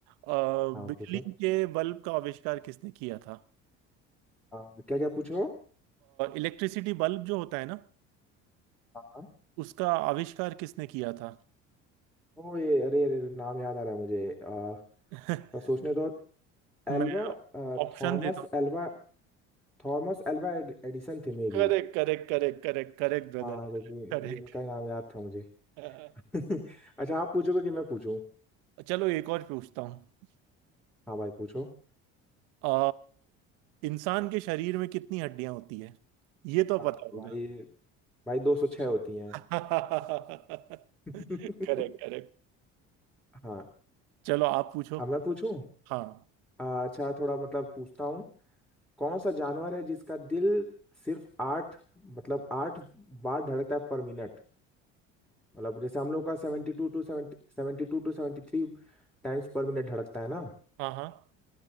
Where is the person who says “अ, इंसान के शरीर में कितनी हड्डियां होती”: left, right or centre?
Right